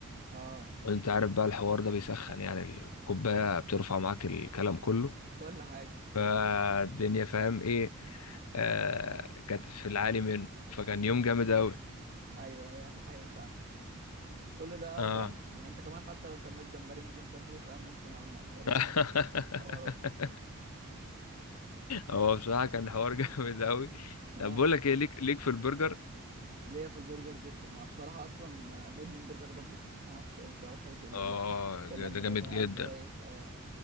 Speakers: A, on the right; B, on the left.
A: اه
B: وانت عارف بقى الحوار ده بيسخن يعني الكوبايه بترفع معاك الكلام كله
A: كل حاجه
B: فالدنيا فاهم ايه
A: اه
B: آه كانت في العالي منه فكان يوم جامد قوي
A: ايوه ايوه دي حقيقه فعلا كل ده
B: اه
A: فاهم يعني انت كمان حتى لو شميت جمبري مش لازم تاكله فاهم ممكن يعمل معاك برضو
B: <laughs>
A: حوارات
B: هو بصراحة كان حوار <laughs> جامد قوي
A: <laughs> اه
B: طب بقول لك ايه ليك ليك في البرجر
A: ليا في البرجر جدا انا بصراحه اصلا مدمن برجر ريبابليك ما اعرفش انت تعرف حاجه زي دي
B: اه
A: ولا لا كل لما
B: ده جامد
A: بزهقان
B: جدا
A: كده ايه اه